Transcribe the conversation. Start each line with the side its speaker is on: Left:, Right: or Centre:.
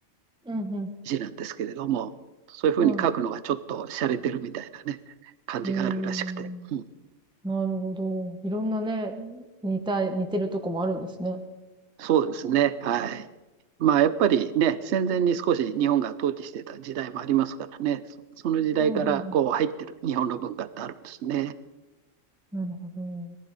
Centre: うんうん。
Right: 字なんですけれども、そういうふうに書くのがちょっと洒落てるみたいなね、
Centre: は
Right: 感じがあるらしくて。
Centre: い。へえ、
Right: うん
Centre: なるほど。いろんなね、似た、似てるとこもあるんですね。
Right: そうですね。はい。まあ、やっぱりね、戦前に少し日本が統治してた時代もありますからね、そその時代からこう入ってる日本の文化ってあるんですね。
Centre: うんうんうん。なるほど。